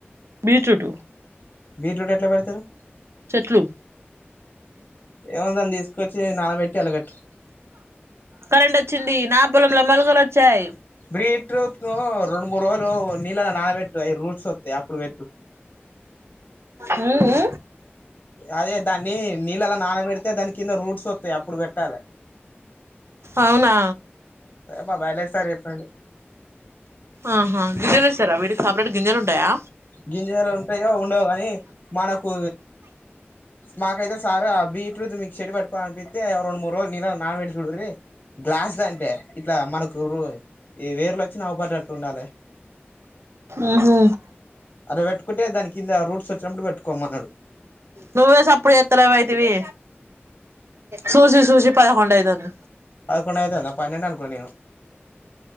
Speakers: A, on the right (about 85°); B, on the left (about 35°).
A: బీట్రూట్
B: బీట్రూట్ ఎట్లా పెడతారు
A: చెట్లు
B: ఏముంది దాన్ని తీసుకొచ్చి నానబెట్టి అల్లపెట్టూ
A: కరెంట్ వచ్చింది నా పొలంలో మొలకలు వచ్చాయి
B: బీట్రూట్ లో రెండు మూడు రోజులు నీళ్ళ నాన పెట్టు అయి రూట్స్ వస్తాయి అప్పుడు పెట్టు
A: ఉహు
B: అదే దాన్ని నీళ్ళలా నానబెడితే దాని కింద రూట్స్ వస్తాయి అప్పుడు పెట్టాలి
A: అవునా
B: <unintelligible> మా బయాలజీ సార్ చెప్పిండు
A: ఆహా గింజలు వేస్తారా వీటికి సపరేట్ గింజలు ఉంటాయా
B: గింజలు ఉంటాయో ఉండవు గని మనకు మాకైతే సార్ ఆ బీట్ మీకు చెడి పెట్టుకోవాలనిపితే రెండు మూడు రోజులు నీళ్లలో నానబెట్టి చూడుర్రి గ్లాస్ ద అంటే ఇట్లా మనకు ఇ వేర్లోచ్చిన అవుపడట్టు ఉండాలి
A: ఉహు
B: అట్లా పెట్టుకుంటే దాని కింద రూట్స్ వచ్చినప్పుడు పెట్టుకోమన్నాడు
A: నువ్వే సప్పుడు ఎత్తలేవు అయితవి సూసి సూసి పదకొండు అయితుంది
B: పదకొండ అయితుంద పన్నెండనుకొన్న నేను